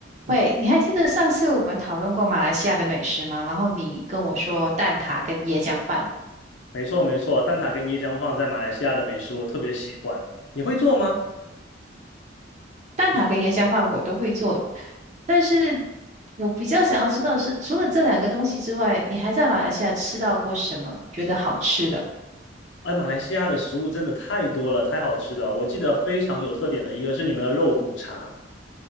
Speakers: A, on the right; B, on the left.
A: 喂，你还记得上次我们讨论过马来西亚的美食吗？然后你跟我说蛋挞跟椰浆饭，
B: 没错没错，蛋挞跟椰浆放在马来西亚的美食我特别喜欢。你会做吗？
A: 蛋挞跟椰浆饭我都会做，但是我比较想要知道的是，除了这两个东西之外，你还在马来西亚吃到过什么觉得好吃的
B: 哎，马来西亚的食物真的太多了，太好吃了。我记得非常有特点的一个是你们的肉骨茶，